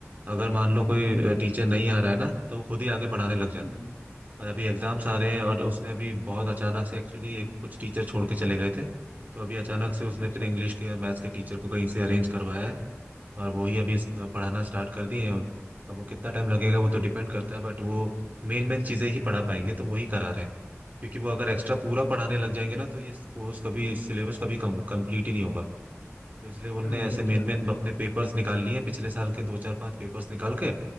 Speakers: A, on the right; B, on the left.
A: अगर मान लो कोई टीचर नहीं आ रहा है ना तो वो खुद ही आके पढ़ाने लग जाता
B: हम्म,
A: है पर अभी एग्जाम्स आ रहे हैं और उसने अभी बहुत अचानक से एक्चुअली एक कुछ टीचर छोड़ के चले गए थे तो अभी अचानक से उसने
B: अच्छा
A: फिर इंग्लिश के और मैथ्स के टीचर को कहीं से अरेंज करवाया है और वो ही अभी पढ़ाना स्टार्ट कर दिए हैं अब वो कितना टाइम लगेगा वो तो डिपेंड करता है बट वो मेन मेन चीजें ही पढ़ा पाएंगे तो वही करा रहे हैं क्योंकि वो अगर एक्स्ट्रा पूरा पढ़ाने लग जाएंगे ना तो ये कोर्स कभी सिलेबस कभी कम कंप्लीट ही नहीं होगा तो इसलिए उनने
B: हाँ ये
A: ऐसे मेन
B: तो
A: मेन
B: है
A: अपने पेपर्स निकाल लिए हैं पिछले साल के दो चार पांच पेपर्स निकाल के